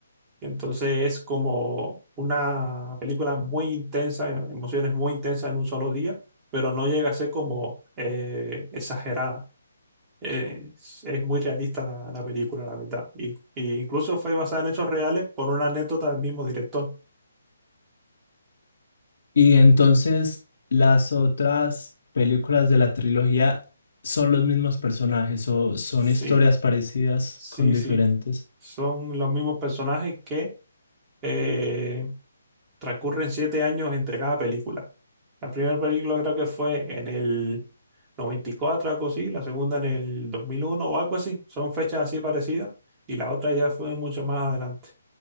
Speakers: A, on the right; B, on the left.
A: Entonces es como una película muy intensa, emociones muy intensas en un solo día, pero no llega a ser como eh, exagerada. Eh, es, es muy realista la, la película, la verdad. Y, y incluso fue basada en hechos reales por una anécdota del mismo director.
B: Y entonces las otras películas de la trilogía son los mismos personajes o son
A: Sí,
B: historias parecidas
A: sí,
B: con diferentes.
A: sí. Son los mismos personajes que eh, transcurren siete años entre cada película. La primera película creo que fue en el 94, algo así, la segunda en el 2001 o algo así. Son fechas así parecidas y la otra ya fue mucho más adelante.